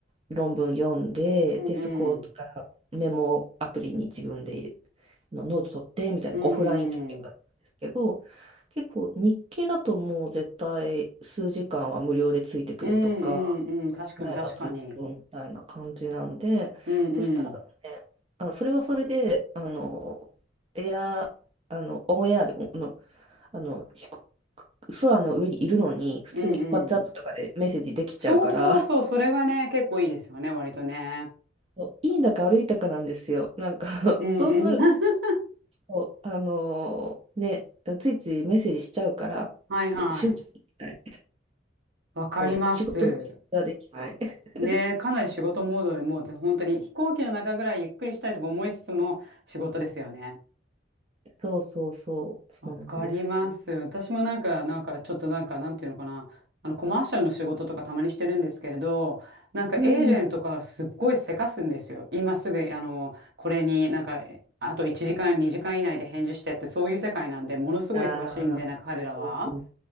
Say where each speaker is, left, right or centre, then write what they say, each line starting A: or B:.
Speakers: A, on the right (about 30°); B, on the right (about 65°).
A: 論文読んで、
B: うんうん。
A: で、そこからメモアプリに自分で入れのノート取ってみたいなオフライン作業だったんですけど、
B: うんうん。
A: 結構日経だともう絶対数時間は無料でついてくるとか、
B: うんうんうん。確かに確かに。
A: 払えばずっとみたいな感じなんで、
B: うんうん。
A: そしたらね、あのそれはそれで、あの、エア、あの、オンエアでも、あのあの、飛行空の上にいるのに、普通に
B: うんうん。
A: WhatsApp とかでメッセージできちゃうから、
B: そうそうそう。それがね、結構いいですよね、割とね。
A: そういいんだか悪いんだかなんですよ。なんか
B: うんうん。
A: <laughs> そうなる
B: <laughs>
A: と、あのーね、ついついメッセージしちゃうから、
B: はいはい。
A: そう、集中できない。
B: わかります。
A: そう、仕事ができない。<laughs>
B: ね、かなり仕事モードでもうぜ本当に飛行機の中ぐらいゆっくりしたいとか思いつつも仕事ですよね。
A: そうそうそう、そうなんですよ。
B: わかります。私もなんか、なんか、ちょっとなんか、なんていうのかな。あの、コマーシャルの仕事とかたまにしてるんですけれど、なんかエージェントからすっごいせかすんですよ。
A: うん。
B: 今すぐ、あの、これになんか、あと1時間、2時間以内で返事してって、そういう世界なんで、ものすごい忙しいんで、
A: ああ、
B: なんか彼らは。
A: そうそう。